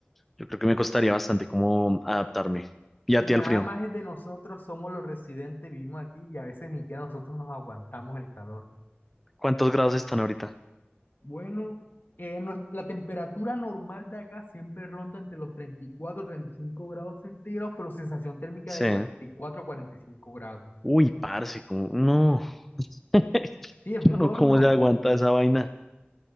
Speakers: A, in the centre; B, on the left.
A: Yo creo que me costaría bastante como adaptarme. ¿Y a
B: Mira,
A: ti al
B: nada
A: frío?
B: más es de nosotros, somos los residentes, vivimos aquí y a veces ni siquiera nosotros nos aguantamos el calor.
A: ¿Cuántos grados están ahorita?
B: Bueno, eh, nues- la temperatura normal de acá siempre ronda entre los treinta treinta y cuatro treinta y cinco grados centígrados, pero sensación térmica
A: Sí.
B: de cuarenta cuarenta y cuatro cuarenta y cinco grados.
A: Uy, parce, como, no. <laughs>
B: Sí, es un
A: Yo no,
B: horno.
A: ¿cómo se aguanta esa vaina?